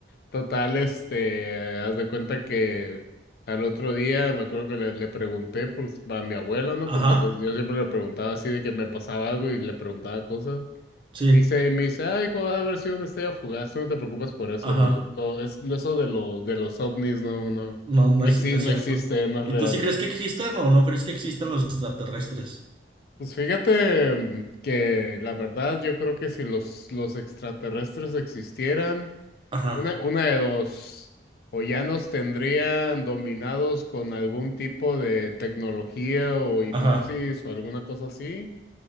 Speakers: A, on the left (about 55°); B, on the right (about 25°).
A: total, este, haz de cuenta que al otro día me acuerdo que le, le pregunté pues, a mi abuela, ¿no?
B: Ajá,
A: Porque pues yo siempre le preguntaba así de que me pasaba algo y le preguntaba cosas.
B: sí,
A: Me dice, me dice, ah, hijo, va a haber sido una estrella fugaz, tú no te preocupes por eso,
B: ajá.
A: lo, lo, es, lo- eso de los, de los ovnis, no, no,
B: No, no
A: no
B: es,
A: existe,
B: no es
A: no
B: cierto.
A: existe, no es
B: ¿Y
A: real.
B: tú sí crees que existan o no crees que existan los extraterrestres?
A: Pues fíjate mm, que la verdad yo creo que si los, los extraterrestres existieran,
B: Ajá,
A: una, una de dos, o ya nos tendrían dominados con algún tipo de tecnología o hipnosis
B: ajá,
A: o alguna cosa así,